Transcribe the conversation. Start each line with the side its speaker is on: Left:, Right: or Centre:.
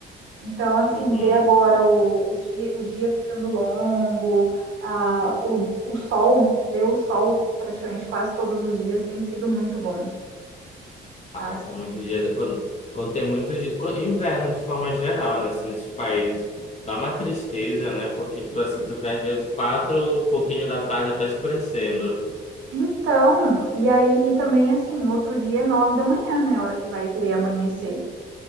Right: Então, assim,
Left: uhum.
Right: ver agora o, os dia, o dia ficando longo, ah, o, o sol, ver o sol praticamente quase todos os dias tem sido muito bom.
Left: Ai,
Right: Passa.
Left: com muitos dias, quando, quando tem muitos dias, inverno de forma geral, né? assim, nesses países, dá uma tristeza, né? Porque, tipo assim, tu vê às vezes quatro, pouquinho da tarde já tá escurecendo.
Right: Então, e aí, e também assim, no outro dia é nove da manhã, né? A hora que vai querer amanhecer.